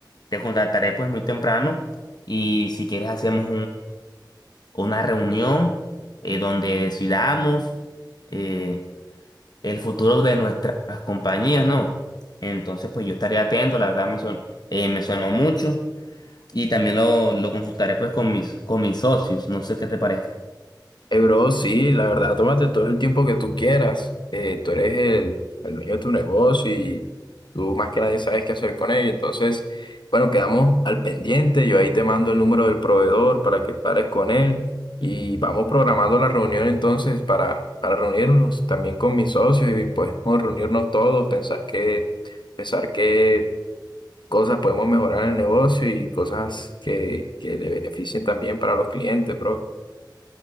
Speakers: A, on the left; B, on the left.
A: te contactaré pues muy temprano y si quieres hacemos una reunión eh, donde decidamos eh, el futuro de nuestras compañías, ¿no? Entonces, pues yo estaré atento, la verdad me, son- eh, me sonó mucho y también lo, lo consultaré pues con mis, con mis socios, no sé qué te parezca.
B: Eh, bro, sí, la verdad, tómate todo el tiempo que tú quieras. Eh, tú eres el, el dueño de tu negocio y tú más que nadie sabes qué hacer con ello. Entonces, bueno, quedamos al pendiente. Yo ahí te mando el número del proveedor para que pares con él y vamos programando la reunión entonces para, para reunirnos también con mis socios y pues podemos reunirnos todos, pensar qué, pensar qué cosas podemos mejorar en el negocio y cosas que, que le beneficien también para los clientes, bro.